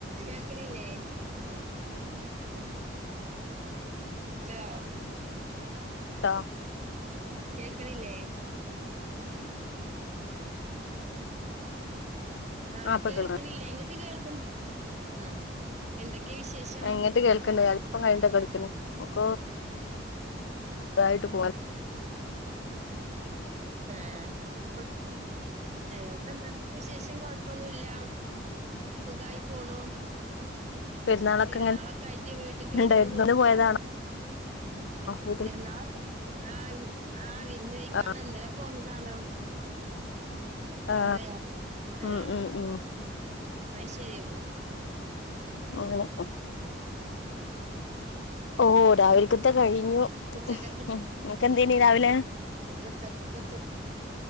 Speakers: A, on the right (about 40°); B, on the left (about 75°).
A: കേക്കണില്ലെ? Hello.
B: ട്ടോ.
A: കേക്ക്ണില്ലേ? Welcome. ആഹ്
B: ആ ഇപ്പൊ
A: കേൾക്ക്ണില്ലെ
B: കേൾക്ക്ണ്
A: ഇങ്ങട്ട് കേൾക്ക്ൺ ആഹ് എന്തൊക്കെ വിശേഷം?
B: ഇങ്ങട്ട് കേൾക്ക്ണ്ട് അൾ ഇപ്പ കഴിണ്ട കേട്ക്ക്ണ് ഓക്ക് അതായിട്ട് പോവാൻ.
A: ഏഹ് വി വെറെന്ത വിശേഷം കൊഴപ്പൊന്നുല്ല സുഖായി പോണു.
B: പെരുന്നാളൊക്കെ
A: പെരുന്നാളൊക്കായിറ്റ്
B: എങ്ങനെ
A: വീട്ടക്ക് വിരുന്ന്
B: ഉണ്ടായിരുന്നു
A: പോന്ന്ക്കാണ്.
B: ഇന്ന് പോയതാണോ
A: ഉം
B: വീട്ടിൽ
A: പെരുന്നാളൊക്കെ ആഹ് വിര് വിരുന്നൊയ്ക്കാണ്
B: ആ
A: ഇന്നലെ പോന്നതാണ്.
B: ആ
A: അതെ ആഹ്
B: ഉം ഉം ഉം
A: അയ്ശെരി.
B: ഉം ഓഹ്. രാവിലക്കത്തെ
A: ഉം
B: കഴിഞ്ഞു
A: ഉച്ചക്കത്തെ
B: ഹ് ഹ് ഇങ്ങക്ക് എന്തെന് രാവിലെ?
A: ഒച്ച ഉച്ചക്